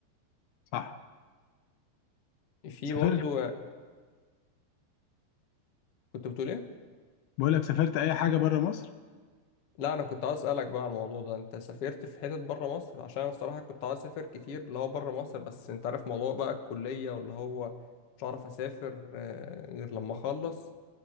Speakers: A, on the left; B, on the left.
A: صح
B: في
A: سافرت
B: برضو كنت بتقول إيه؟
A: بقول لك سافرت اي حاجه بره مصر
B: لا انا كنت عايز اسالك بقى على الموضوع ده انت سافرت في حتت بره مصر عشان انا الصراحه كنت عايز اسافر كتير اللي هو بره مصر بس انت عارف موضوع بقى الكليه واللي هو مش عارف اسافر آه، غير لما اخلص